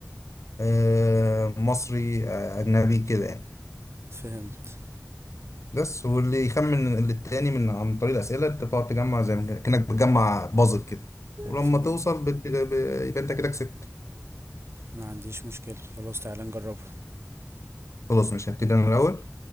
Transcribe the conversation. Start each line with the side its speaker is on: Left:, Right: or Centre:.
Left: آه، مصري آه، أجنبي كده يعني
Right: فهمت
Left: بس واللي يخمن للتاني من عن طريق الأسئلة أنت بتقعد تجمع زي ما كأنك بتجمع بازل كده ولما
Right: فهمت
Left: توصل بت- ب- يبقى أنت كده كسبت
Right: ما عنديش مشكلة خلاص تعالى نجربها
Left: خلاص مش هبتدي أنا الأول